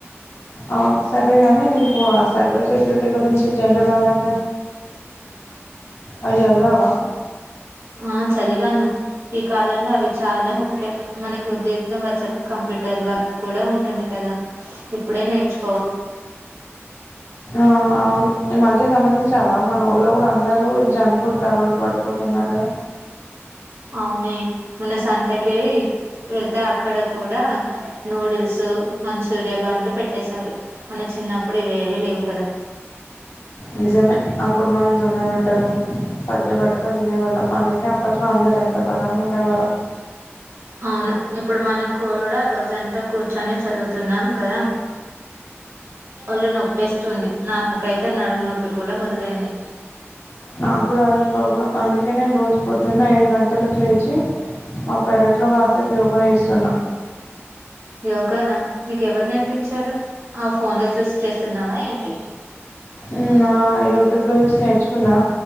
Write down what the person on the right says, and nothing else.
ఆ చదివాను ఈ కాలంలో అవి చాలా ముఖ్యం మనకి ఉద్యోగం వచ్చాక కంప్యూటర్ వర్క్ కూడా ఉంటుంది కదా ఇప్పుడే నేర్చుకోవాలి.
అవునే మొన్న సంతకి వెళ్తే అక్కడ కూడా నూడిల్స్ మంచూరియా బండ్లు పెట్టేశారు మన చిన్నప్పుడు ఇవి ఏవి లేవు కదా.
అవును ఇప్పుడు మనం కూడా రోజంతా కూర్చొని చదువుతున్నాం కదా ఒళ్ళు నొప్పిస్తుంది నాకైతే నడుము నొప్పి కూడా మొదలైంది.
యోగానా నీకు ఎవరు నేర్పించారు ఆ ఫోన్ లో చూసి చేస్తున్నావా ఏంటి.